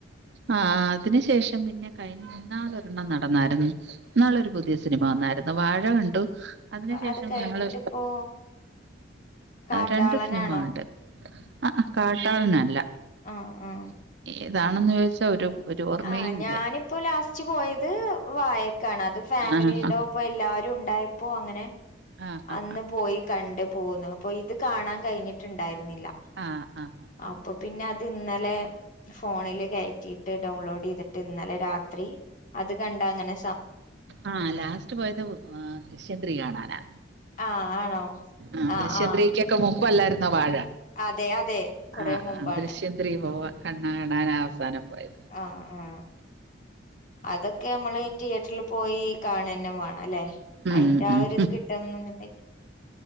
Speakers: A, on the right; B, on the left.
A: ആ അതിനു ശേഷം പിന്നെ കഴിഞ്ഞ നാള് ഒരെണ്ണം നടന്നായിരുന്നു നാളൊരു പുതിയ സിനിമ വന്നായിരുന്നു വാഴ കണ്ടു. അതിനു ശേഷം
B: അത് കഴിഞ്ഞിട്ടിപ്പോ
A: ഞങ്ങള് <inaudible>
B: കാട്ടാളനാണോ
A: രണ്ട് സിനിമ കണ്ടു. ആ കാട്ടാളനല്ല.
B: ആ ആ.
A: ഏതാണെന്ന് ചോദിച്ചാ ഒരു ഒരു ഓർമ്മയുമില്ല
B: ആ ഞാനിപ്പോൊ ലാസ്റ്റ് പോയത് വായക്കാണ് അത് ഫാമിലിടെ
A: ആ
B: ഇപ്പൊ ല്ലാവാരു ഉണ്ടായപ്പോ അങ്ങനെ
A: ആ ആ
B: അന്ന് പോയി കണ്ട് പോന്നു അപ്പൊ ഇത് കാണാൻ കഴിഞ്ഞിട്ടുണ്ടായിരുന്നില്ല.
A: ആ ആ
B: അപ്പൊ പിന്നെ അത് ഇന്നലെ ഫോണില് കേറ്റീട്ടു ഡൗൺലോഡ് ചെയ്തി ഇന്നലെ രാത്രി അത് കണ്ടങ്ങനെ
A: ആ ലാസ്റ്റ് പോയത് ദൃശ്യ ത്രീ കാണാനാ.
B: ആഹ് ആണോ
A: ആ
B: ആഹ്
A: ദൃശ്യത്രീക്കൊക്കെ
B: ആഹ്
A: മുമ്പല്ലായിരുന്നോ വാഴ.
B: അതെ അതെ. കൊറെ
A: ആ
B: മുമ്പാണ്
A: ആ ദൃശ്യത്രീ പോവാ കണ്ണാ കണാന <unintelligible> അവസാനം പോയ്യേ
B: ആ ആ അതൊക്കെ നമ്മള് തിയേറ്ററിൽ പോയി കാണന്നെ വേണ്ണോല്ലേ
A: ഉം
B: അയിന്റെ
A: ഉം
B: ആഒരിത്
A: ഉം
B: കിട്ടണനൊണ്ടെകിൽ.